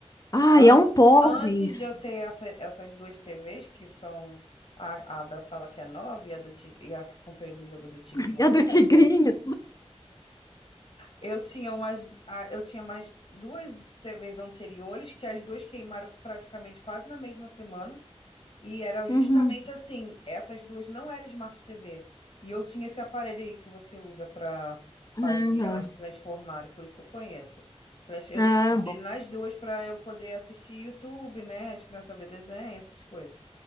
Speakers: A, on the left; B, on the left.
A: Ai,
B: Antes,
A: é um porre
B: antes
A: isso.
B: de eu ter essa- essas duas TVs, que são a, a da sala que é nova e a, do Ti- e a que eu comprei no jogo do Tigrinho
A: <laughs> É
B: agora,
A: do tigrinho.
B: eu tinha umas, a- eu tinha mais duas TVs anteriores, que as duas queimaram praticamente quase na mesma semana. E eram
A: Uhum.
B: justamente assim, essas duas não eram Smart TV. E eu tinha esse aparelho aí que você usa para fazer
A: Aham.
B: elas transformarem, por isso que eu conheço. Trans- Eu
A: Ah,
B: tinha aparelho
A: bom.
B: nas duas para eu poder assistir YouTube, né? As crianças ver desenho, essas coisas.